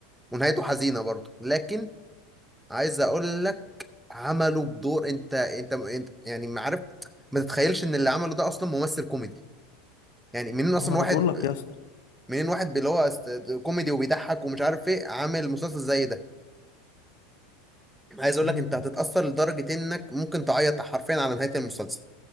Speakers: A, in the centre; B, on the left.
A: ونهايته حزينه برضو لكن عايز اقول لك عمله بدور انت انت, انت يعني ما عارف ما تتخيلش ان اللي عمله ده اصلا ممثل كوميدي يعني منين اصلا
B: ما انا
A: واحد
B: بقول لك يا اسطى
A: منين واحد اللي هو است- كوميدي وبيضحك ومش عارف ايه عامل مسلسل زي ده عايز اقول
B: مم.
A: لك انت هتتاثر لدرجه انك ممكن تعيط حرفيا على نهايه المسلسل